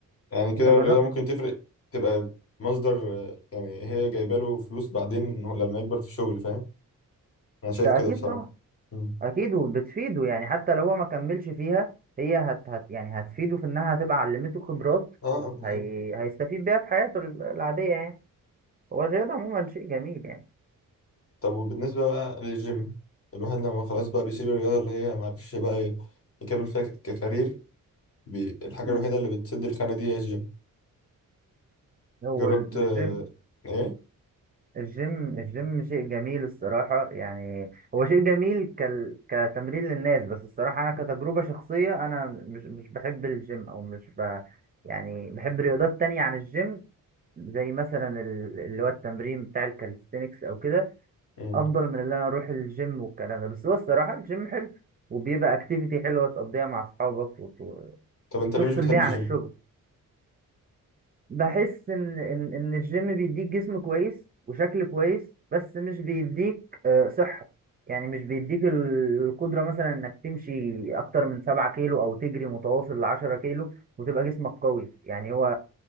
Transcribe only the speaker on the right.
انت جربت
ده
اكيد
طبعا
اكيد وبتفيده يعني حتى لو هو ما كملش فيها هي هت, هت يعني هتفيده في انها هتبقى علمته خبرات
هي... هيستفيد بيها في حياته ال- العادية يعني هو الرياضة عموما شيء جميل يعني
مم.
هو
الجيم
الجيم الجيم شيء جميل الصراحة يعني هو شيء جميل كال... كتمرين للناس بس الصراحة أنا كتجربة شخصية أنا مش مش بحب الجيم أو مش ب... يعني بحب رياضات تانية عن الجيم زي مثلا ال- اللي هو التمرين بتاع الكاليستينكس أو كده
افضل من اللي انا اروح الجيم والكلام ده بس هو الصراحه الجيم حلو وبيبقى اكتيفيتي حلوه تقضيها مع اصحابك وت-
وتفصل
بيها عن
الشغل بحس ان ان ان الجيم بيديك جسم كويس وشكل كويس بس مش بيديك آه، صحه يعني مش بيديك ال- القدره مثلا انك تمشي اكتر من سبعة كيلو او تجري متواصل لعشرة كيلو وتبقى جسمك قوي يعني هو